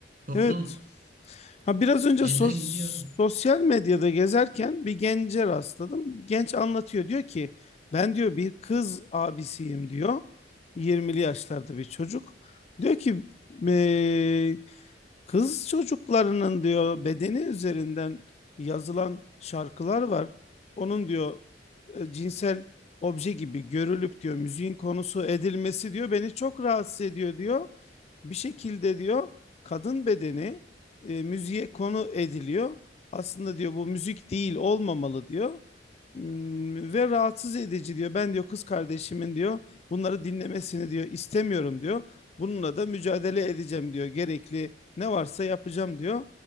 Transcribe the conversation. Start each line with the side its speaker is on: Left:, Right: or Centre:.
Right: Toplum
Left: Evet. Ha biraz önce
Right: elden
Left: sos-
Right: gidiyor.
Left: sosyal medyada gezerken bir gence rastladım. Genç anlatıyor diyor ki ben diyor bir kız abisiyim diyor. 20'li yaşlarda bir çocuk. Diyor ki "Eee, Kız çocuklarının diyor bedeni üzerinden yazılan şarkılar var. Onun diyor e, cinsel obje gibi görülüp diyor müziğin konusu edilmesi diyor beni çok rahatsız ediyor diyor. Bir şekilde diyor kadın bedeni e, müziğe konu ediliyor. Aslında diyor bu müzik değil olmamalı diyor. Hmm, Ve rahatsız edici diyor. Ben diyor kız kardeşimin diyor bunları dinlemesini diyor istemiyorum diyor. Bununla da mücadele edeceğim diyor. Gerekli ne varsa yapacağım diyor.